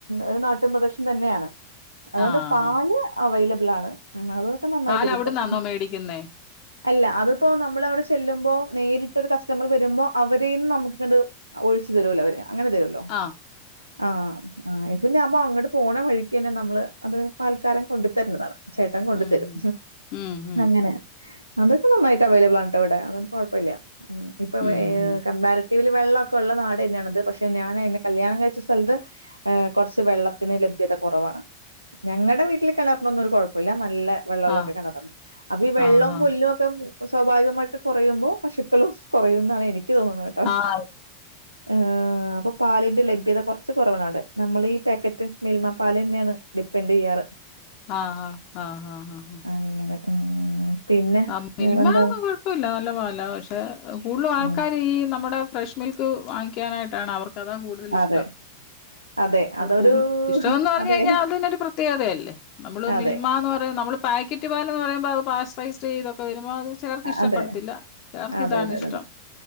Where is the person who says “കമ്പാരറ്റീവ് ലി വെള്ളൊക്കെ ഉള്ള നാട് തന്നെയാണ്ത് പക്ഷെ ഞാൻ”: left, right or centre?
Right